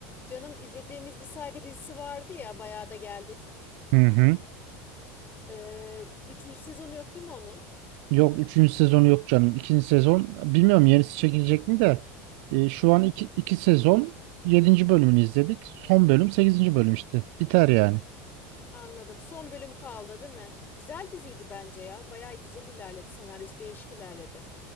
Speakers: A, on the left; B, on the right.
A: Canım izlediğimiz bir saygı dizisi vardı ya bayağı da geldik.
B: Hı hı.
A: Ee, üçüncü sezonu yok değil mi onun?
B: Yok üçüncü sezonu yok canım. İkinci sezon bilmiyorum yenisi çekilecek mi de e, şu
A: Hı hı,
B: an iki, iki sezon yedinci bölümünü izledik. Son bölüm sekizinci bölüm işte. Biter yani.
A: anladım. Son bölüm kaldı değil mi? Güzel diziydi bence ya. Bayağı güzel ilerledi. Senaryosu değişik ilerledi.